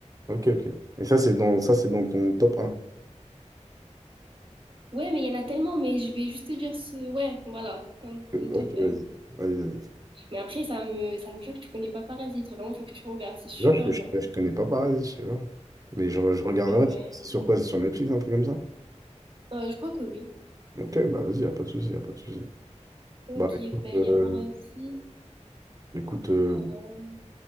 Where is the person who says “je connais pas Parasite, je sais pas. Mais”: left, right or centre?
Right